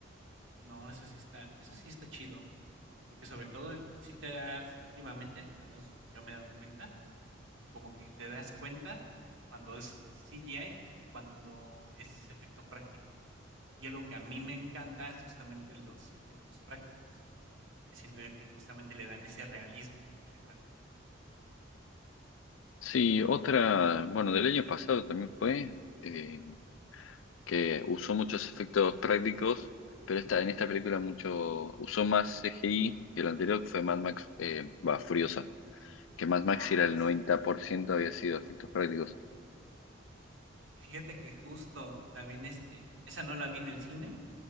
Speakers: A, on the right; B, on the left.
A: No, eso sí está eso sí está chido, porque sobre todo si te das últimamente, al menos yo me he dado cuenta, que como que te das cuenta cuando es CGI y cuando es efecto práctico. Y es lo que a mí me encanta es justamente los efectos prácticos, porque siento yo que justamente le dan ese realismo que le falta.
B: Sí, otra, bueno, del año pasado también fue, eh, que usó muchos efectos prácticos, pero
A: Ujú.
B: esta, en esta película mucho, usó más CGI que lo anterior, que fue Mad Max, eh, va, Furiosa, que Mad Max
A: Ah,
B: era el
A: sí.
B: 90% había sido efectos prácticos.
A: Y fíjate que justo también, este, esa no la vi en el cine,